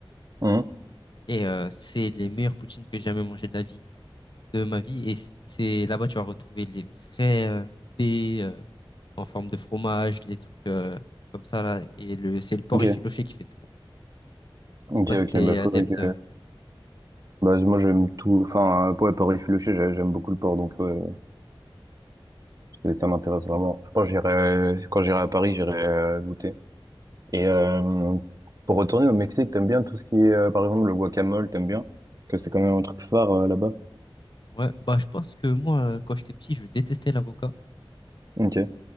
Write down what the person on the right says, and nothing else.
Mhm.
Ok,
ok,
ok,
bah
faudrait que...
Bah moi j'aime tout, enfin, euh, ouais, Paris filoché, j'aime beaucoup le porc donc ouais, ça m'intéresse vraiment. Je pense que j'irai, quand j'irai à Paris, j'irai euh, goûter. Et euh, pour retourner au Mexique, t'aimes bien tout ce qui est, euh, par exemple, le guacamole, t'aimes bien? Que c'est quand même un truc phare euh, là-bas.
Ok.